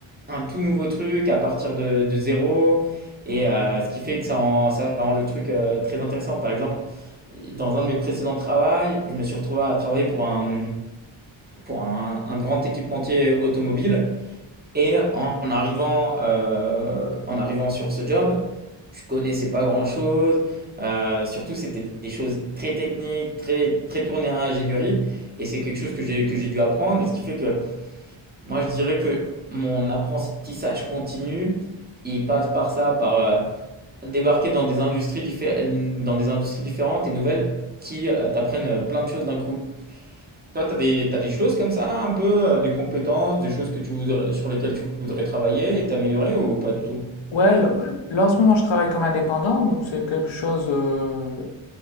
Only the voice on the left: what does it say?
Ouais, là, bah, là, en ce moment je travaille comme indépendant, donc c'est quelque chose euh,